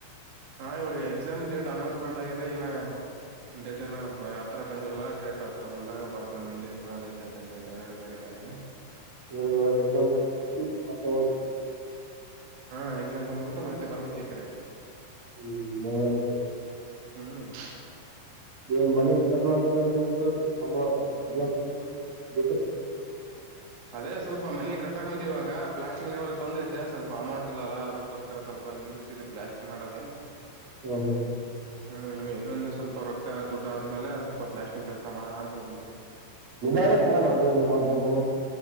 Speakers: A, on the right; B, on the right.
A: ಹಾ ಇವಾಗ ಎಕ್ಸಾಮ್ ಡೇಟ್ ಅನೌನ್ಸ್ಮೆಂಟ್ ಆಗಿದೆ ಏನೋ ಡೇಟೆನೊ ಆತ್ರ ಬಂದಿಲ್ಲಾ ಡೇಟ್ ಆತ್ರ ಬಂದಾಗ ಬರದ್ ಮುಂದಿನ ತಿಂಗಳಗ್ ಐತೆ ಅಂತೆ ಡೇಟ್ ಎರಡನೇ ತಾರೀಕ ಹಂಗ
B: ಲೇ ಒಂದ್ ಎಕ್ಸಾಮ್ ಬಂದದ್ದಿ ಮತ್ತ ಇವಾಗ ಬಂದ್ಬಿಟ್ಟೆ.
A: ಹಾ ಎಕ್ಸಾಮ್ ಬಂದ್ಬಿಟ್ಟು ಮತ್ತೆ ಬರ್ಬೇಕ್ ಈ ಕಡೆ.
B: ಹ್ಮ್ ಬಾರಿ.
A: ಹ್ಮ್.
B: ಏನ್ ಮನಿ ಕಟ್ಲ ಹತ್ರ ಅಂತ ಹೇಳಿದ್ರು ನಿಮ್ ತಮ್ಮ ಕಟ್ಲತ್ರ ನ್ ಬಿಟ್ರ.
A: ಅದೇ ಸ್ವಲ್ಪ ಮನೆ ಕಟ್ಟಾಕ್ ಕುಂತಿವಿ ಇವಾಗ ಪ್ಲಾಸ್ಟಿಕ್ ಲೆವೆಲ್ಗೆ ಬಂದೈತೆ ಸ್ವಲ್ಪ ಅಮೌಂಟ್ ಇಲ್ಲ ಅದಕ್ಕೋಸ್ಕರ ಸ್ವಲ್ಪ. ಬಂದ್ ನಿಂದ್ರಿಸಿದ್ವಿ ಪ್ಲಾಸ್ಟಿಕ್ ಮಾಡೋದ.
B: ಹ್ಮ ಹಾ.
A: ಹ್ಮ್ ಇನ್ನೊಂದು ಸ್ವಲ್ಪ ರೊಕ್ಕ ದುಡ್ಡ ಆದ್ಮೇಲೆ ಸ್ವಲ್ಪ ಪ್ಲಾಸ್ಟಿಂಗ್ ಕೆಲಸ ಮಾಡೋಣ ಅಂತ ಇದೀನಿ.
B: ನಿಧಾನಕ್ಕೆ ಮಾಡದು ಇವಾಗೆನು.